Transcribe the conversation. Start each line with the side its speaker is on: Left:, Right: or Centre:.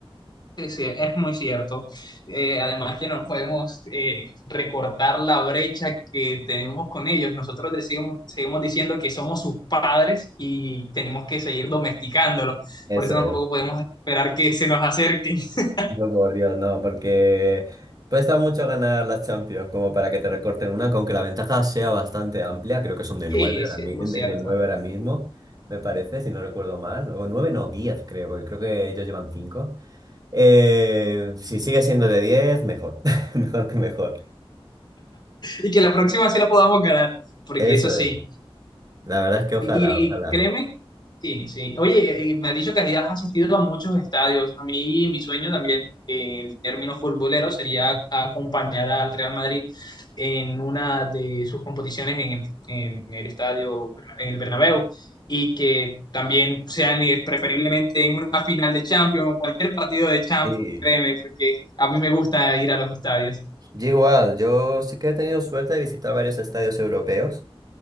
Left: sí, sí, es muy cierto. Eh, además que no podemos eh, recortar la brecha que tenemos con ellos. Nosotros decimos- seguimos diciendo que somos sus padres y tenemos que seguir domesticándolos.
Right: Eso
Left: Por eso tampoco
Right: es.
Left: podemos esperar que se nos acerquen. <laughs>
Right: No, por Dios, no, porque cuesta mucho ganar las Champions como para que te recorten una, aunque la ventaja sea bastante amplia, creo que son de nueve
Left: Sí,
Right: ahora,
Left: sí,
Right: mi-
Left: es muy
Right: de,
Left: cierto.
Right: de nueve ahora mismo, me parece, si no recuerdo mal, o nueve no, diez creo, porque creo que ellos llevan cinco. Eh, si sigue siendo de diez, mejor, <laughs> mejor que mejor.
Left: Y que la próxima sí la podamos ganar, porque
Right: Eso
Left: eso sí.
Right: es, la verdad es que ojalá,
Left: Y
Right: ojalá.
Left: créeme, sí, sí. Oye, eh, me has dicho que has asistido a muchos estadios. A mí, mi sueño también, eh, en términos futboleros, sería acompañar al Real Madrid en una de sus competiciones en el, en el estadio, en el Bernabéu, y que también sean eh, preferiblemente en una final de Champions, en cualquier partido de Champions,
Right: Sí,
Left: créeme, porque a mí me gusta ir a los estadios.
Right: yo igual, yo sí que he tenido suerte de visitar varios estadios europeos.